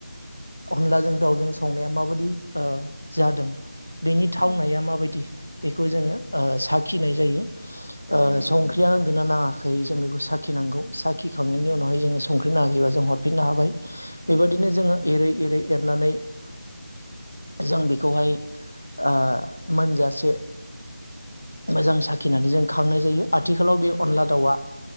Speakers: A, on the left (about 80°); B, on the right (about 55°).
A: अनलाजों ओ दाउजों संनाया माबायदि ओ जादों? बेनि थावनाया
B: औ
A: माबायदि? बेखौ जोङो ओ साखिनाय जायो। ओ
B: औ नंगौ
A: संख्रिया
B: नोंथां
A: नांदोंना नाङाखै? जों बेखौ साखिनांगौ साखिखांनायनि
B: औ
A: उनावहाय जोङो। संख्रि नांआखौबा‌ जों हरफिननो हाबाय।
B: औ
A: बेबायदिनो जोङो एरै-एरै एरनानै जों बेखौहाय ओ मोनजासे मोजां साखिनानै जों खांनाय जायो। आथिखालाव बे
B: औ
A: अनला दाउआ